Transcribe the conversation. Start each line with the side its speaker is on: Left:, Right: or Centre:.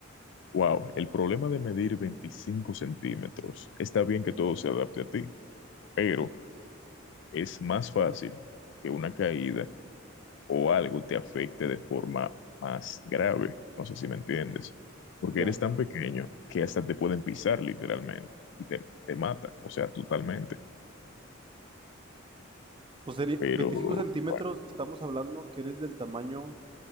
Left: wow, el problema de medir 25 centímetros, está bien que todo se adapte a ti, pero es más fácil que una caída o algo te afecte de forma más grave. No sé si me entiendes, porque
Right: Ya.
Left: eres tan pequeño que hasta te pueden pisar literalmente y te, te mata, o sea, totalmente.
Right: Pues sería
Left: Pero,
Right: 25 centímetros,
Left: bueno,
Right: estamos hablando que eres del tamaño